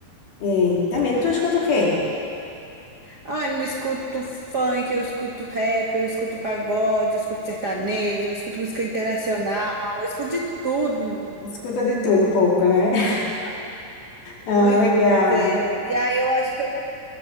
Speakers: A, on the left; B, on the right.
A: Eita, mesmo, tu escuta o quê?
B: Olha, eu escuto funk, eu escuto rap, eu escuto pagode, eu escuto sertanejo, eu escuto música internacional, eu escuto de tudo,
A: Escuta de tudo
B: tudo.
A: um pouco, né? <laughs> Ah,
B: Pois
A: legal.
B: é. E aí eu acho que eu